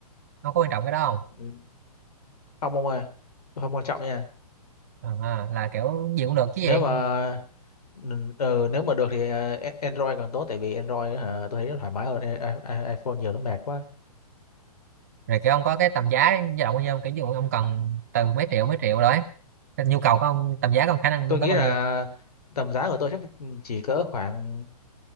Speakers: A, on the right (about 25°); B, on the left (about 70°).
A: ông có quan trọng cái đó không
B: Ừ, không ông ơi tôi không quan trọng nha
A: à, là kiểu gì cũng được chứ
B: nếu
A: gì
B: mà N- Ừ, ờ, nếu mà được thì à, Android càng tốt tại vì Android á hả tôi thấy nó thoải mái hơn I- I- iPhone nhiều nó mệt quá
A: rồi kiểu ông có cái tầm giá dao động bao nhiêu không? kiểu như ông cần từ mấy triệu mấy triệu rồi ấy. Cái nhu cầu của ông tầm giá của ông khả năng
B: tôi
A: lên
B: nghĩ
A: tới bao
B: là
A: nhiêu
B: tầm giá của tôi chắc chỉ cỡ khoảng